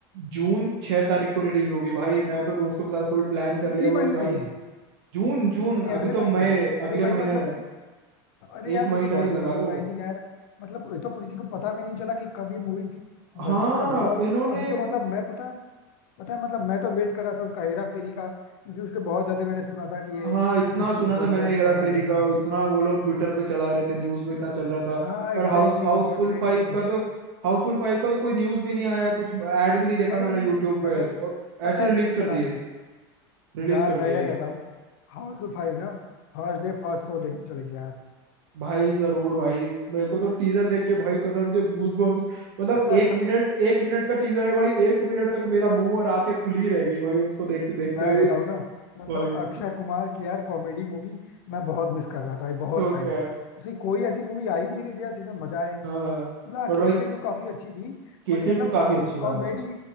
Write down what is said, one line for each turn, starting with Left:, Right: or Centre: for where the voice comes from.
Right: जून छह तारीख को रिलीज होगी भाई मैं तो दोस्तों के साथ फुल प्लान कर
Left: इसी
Right: लिया होगी
Left: महीने
Right: भाई
Left: है
Right: जून जून
Left: यानी अगले
Right: अभी तो
Left: महीने
Right: मई
Left: अरे
Right: अगले
Left: वही
Right: महीने
Left: मतलब
Right: है।
Left: अरे यार
Right: एक
Left: ये
Right: महीना
Left: तो बहुत
Right: ही
Left: ज्यादा
Right: लगा
Left: सरप्राइजिंग
Right: लो
Left: है यार मतलब ये तो किसी को पता भी नहीं चला कि कब ये मूवी बनी
Right: हाँ
Left: कब हुआ
Right: इन्होंने
Left: अभी तो मतलब मैं पता है पता है मतलब मैं तो वेट कर रहा था उसका हेरा फेरी का क्योंकि उसके बहुत ज्यादा मैंने सुना था कि ये
Right: हाँ इतना
Left: मूवी शूट
Right: सुना
Left: हो
Right: था
Left: रही
Right: मैंने
Left: है ऐसा
Right: हेरा
Left: हो
Right: फेरी
Left: रहा है वैसा
Right: का
Left: हो
Right: और
Left: रहा है
Right: इतना वो लोग ट्विटर पे चला रहे थे न्यूज में इतना चल रहा था
Left: हाँ
Right: पर
Left: एग्जैक्टली
Right: हाउस हाउसफुल
Left: exactly, बहुत ट्रेंडिंग
Right: फाइव का तो हाउसफुल फाइव का तो कोई न्यूज भी नहीं आया कुछ ऐड भी नहीं देखा
Left: वही
Right: मैंने यूट्यूब
Left: पता
Right: पे और
Left: पता
Right: ऐसे
Left: भी
Right: रिलीज
Left: नहीं
Right: कर
Left: चला
Right: दिए
Left: है यार
Right: रिलीज
Left: यार
Right: कर
Left: मैं
Right: दिए
Left: क्या कहता हूँ हाउसफुल फाइव ना फर्स्ट डे फर्स्ट शो देखने चलेंगे यार
Right: भाई जरूर भाई मेरे को तो टीजर देख के भाई कसम से गूज बम्स मतलब
Left: <laughs>
Right: एक मिनट एक मिनट का टीजर है भाई एक मिनट तक मेरा मुंह और आंखें खुली रह गई भाई उसको देखते देखते
Left: मैं
Right: ही
Left: बताऊं ना मतलब
Right: भाई
Left: अक्षय कुमार की यार कॉमेडी मूवी मैं बहुत मिस कर रहा था बहुत
Right: तो
Left: टाइम
Right: क्या
Left: से उसकी कोई ऐसी मूवी आ ही नहीं रही थी यार जिसमें मजा आए
Right: हाँ
Left: मतलब हाँ,
Right: पर
Left: केसरी
Right: भाई
Left: टू काफी अच्छी थी
Right: केसरी
Left: बट मतलब
Right: टू काफी अच्छी
Left: कॉमेडी
Right: था मतलब